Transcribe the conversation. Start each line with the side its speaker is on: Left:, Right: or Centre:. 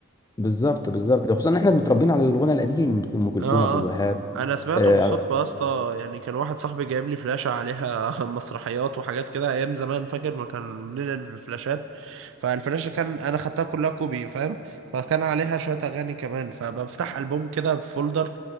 Left: بالظبط بالظبط خصوصا ان احنا متربيين على الغنى القديم ام كلثوم
Right: اه
Left: عبد الوهاب
Right: اه انا سمعته
Left: اه
Right: بالصدفة يا اسطى يعني كان واحد صاحبي جايب لي فلاشة عليها <laughs> مسرحيات وحاجات كده ايام زمان فاكر ما كان بننقل الفلاشات فالفلاشة كان انا خدتها كلها كوبي فاهم فكان عليها شوية اغاني كمان فبفتح ألبوم كده في فولدر